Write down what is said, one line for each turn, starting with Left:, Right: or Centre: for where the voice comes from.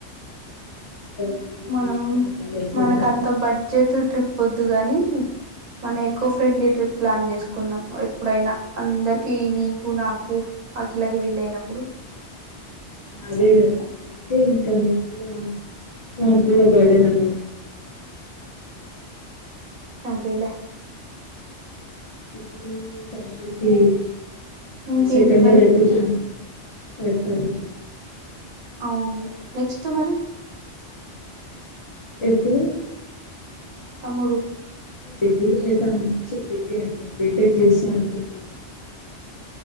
Left: మళ్ళీ
Right: మనం
Left: బీచ్ కోసం డ్రెస్సెస్
Right: మనకు అంత బడ్జెట్ ట్రిప్ వ అందుగాని మన ఎకో ఫ్రెండ్లీ ట్రిప్ ప్లాన్ చేసుకుందాం ఎప్పుడైనా అందరికి నీకు నాకు ఆ కిలాకి వీలయినప్పుడు
Left: అదే కదా అందుకే ఇంకా నేను కూడా మా కూడా బర్డ నాని
Right: అదేలే
Left: ఇప్పుడు తమ్ముడికి
Right: ఇంకేంటి
Left: సెకండ్
Right: మరి
Left: ఇయర్ అయిపోతుంది పెట్టన
Right: అవునులే నెక్స్ట్ మరి
Left: ఎప్పుడు
Right: తముడు
Left: డిగ్రీ లేదా అ డిగ్రీ అంటున్నా బీటెక్ చేస్తా అంటుడు